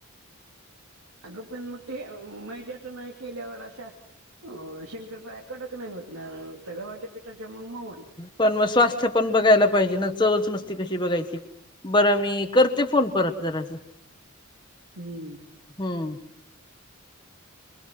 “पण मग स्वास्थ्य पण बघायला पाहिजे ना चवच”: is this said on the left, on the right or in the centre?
Left